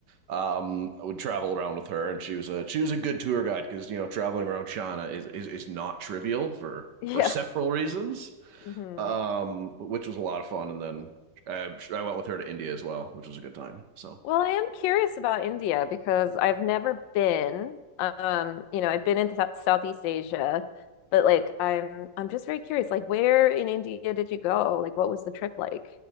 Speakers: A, on the right; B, on the left.
A: um I would travel around with her and she was a she was a good tour guide because you know traveling around China is, is is not trivial for
B: <laughs>
A: for several
B: yeah.
A: reasons
B: hmm
A: um which was a lot of fun and then I, I went with her to India as well which was a good time so
B: Well, I am curious about India because I've never been. Um, you know, I've been into Sou- Southeast Asia, but like I'm I'm just very curious. Like, where in India did you go? Like, what was the trip like?